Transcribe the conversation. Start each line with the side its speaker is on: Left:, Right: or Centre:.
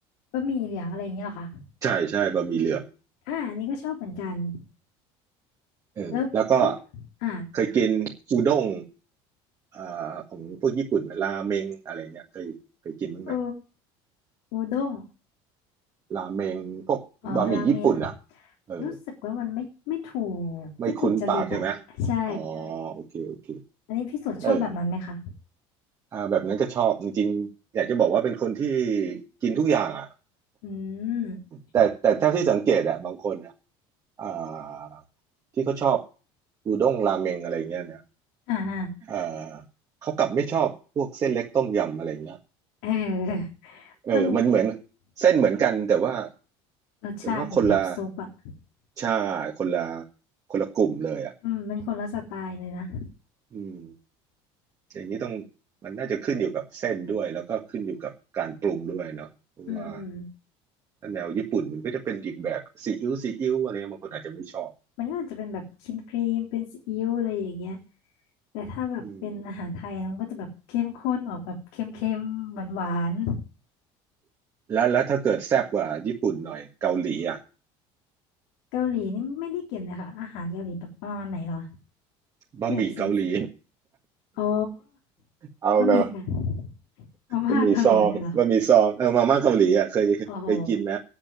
Left: บะหมี่เหลืองอะไรอย่างเงี้ยเหรอคะ
Right: ใช่ใช่บะหมี่เหลือง
Left: อ่าอันนี่ก็ชอบเหมือนกัน
Right: เออแล้วก็
Left: แล้วพี่อ่า
Right: เคยกินอูด้งอ่าของพวกญี่ปุ่นราเมงอะไรเงี้ยเคยเคยกินบ้างไหม
Left: โออูด้ง
Right: ราเมงพวกบะหมี่ญี่ปุ่นอ่ะ
Left: อ๋อราเมง
Right: เออ
Left: รู้สึกว่ามันไม่ไม่ถูกไม่ถูกจริตอะใช่
Right: ไม่คุ้นปากใช่ไหมอ๋อโอเคโอเค
Left: อันนี้พี่สุชอบแบบนั้นไหมคะ
Right: เอออ่าแบบนั้นก็ชอบจริงๆอยากจะบอกว่าเป็นคนที่กินทุกอย่างอ่ะ
Left: อืม
Right: แต่แต่เท่าที่สังเกตอ่ะบางคนอ่ะอ่าที่เขาชอบอูด้งราเมงอะไรเงี้ยนะ
Left: อ่าอ่า
Right: เออเขากลับไม่ชอบพวกเส้นเล็กต้มยำอะไรเงี้ย
Left: เออ
Right: เออมันเหมือน
Left: มัน
Right: เส้นเหมือนกันแต่ว่า
Left: รสชาติไงน้ำซุปอะ
Right: แต่ว่าคนละใช่คนละคนละกลุ่มเลยอ่ะ
Left: อืมมันคนละสไตล์เลยนะ
Right: อืมอย่างนี้ต้องมันน่าจะขึ้นอยู่กับเส้นด้วยแล้วก็ขึ้นอยู่กับการปรุงด้วยเนาะเพราะว่า
Left: อืมอืม
Right: ถ้าแนวญี่ปุ่นมันก็จะเป็นอีกแบบซีอิ๊วซีอิ๊วอะไรเงี้ยบางคนอาจจะไม่ชอบ
Left: มันก็อาจจะเป็นแบบครีมครีมเป็นซีอิ๊วอะไรอย่างเงี้ยแต่ถ้าแบบเป็นอาหารไทยนะมันก็จะแบบเข้มข้นออกแบบเค็มๆหวาน
Right: อืมแล้วแล้วถ้าเกิดแซ่บกว่าญี่ปุ่นหน่อยเกาหลีอ่ะ
Left: ๆเกาหลีนี่ไม่ได้กินเลยค่ะอาหารเกาหลีแบบประมาณไหนเหรอ
Right: บะหมี่เกาหลี
Left: ที่แบบเส้น อ๋อ
Right: เอาแบบ
Left: บะหมี่กันมาม่าเกาหลีเนี่ยเหรอ
Right: บะหมี่ซองบะหมี่ซองเออมาม่าเกาหลีอ่ะเคยเคยกินไหม
Left: โอ้โห